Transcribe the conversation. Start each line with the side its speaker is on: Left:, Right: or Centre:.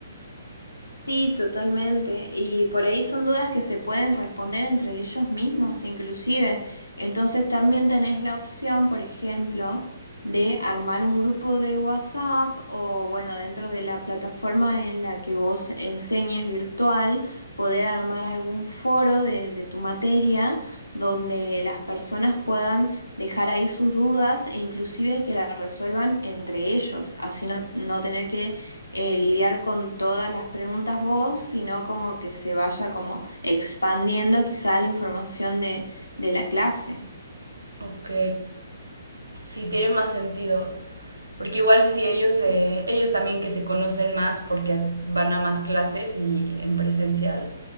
Left: Sí, totalmente. Y por ahí son dudas que se pueden responder entre ellos mismos, inclusive. Entonces también tenés la opción, por ejemplo, de armar un grupo de WhatsApp o, bueno, dentro de la plataforma en la que vos enseñes virtual, poder armar algún foro de, de tu materia donde las personas puedan dejar ahí sus dudas e inclusive que las resuelvan entre ellos, así no, no tener que eh, lidiar con todas las preguntas vos, sino como que se vaya como expandiendo quizá la información de, de la clase.
Right: Ok, sí, tiene más sentido. Porque igual si ellos, eh, ellos también que se conocen más porque van a más clases y en presencial,